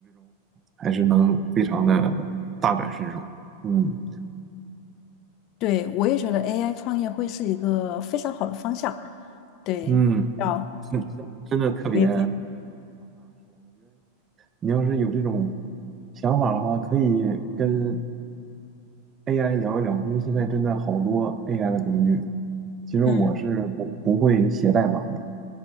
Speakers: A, on the right; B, on the left.
A: 还是能非常的大展身手。嗯
B: 对，我也觉得 AI 创业会是一个非常好的方向。对，
A: 嗯，
B: 要
A: 真真的特别。
B: 我也
A: 你要是有这种想法的话，可以跟 AI 聊一聊，因为现在真的好多 AI 的工具。其实我是不不会写代码的，
B: 嗯